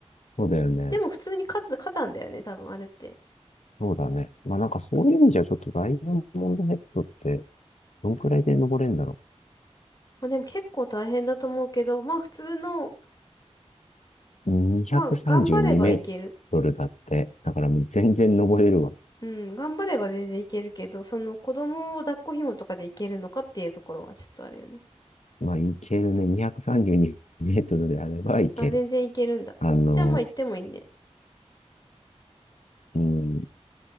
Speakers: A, on the left; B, on the left.
A: そうだよね。
B: でも普通に火山、火山だよね、多分あれって。
A: そうだね。まあ、なんかそういう意味じゃ、ちょっとダイヤモンドヘッドって、どんくらいで登れるんだろうね。
B: まあでも結構大変だと思うけど、まあ普通の、
A: 232メートルだって。
B: まあ頑張ればいける。
A: だからもう全然登れるわ。
B: うん、頑張れば全然いけるけど、その子供を抱っこ紐とかでいけるのかっていうところはちょっとあれよね。
A: まあ、いけるね。232メートルであればいける。
B: あ、全然いけるんだ。
A: あの、
B: じゃあまあ行ってもいいね。
A: うん。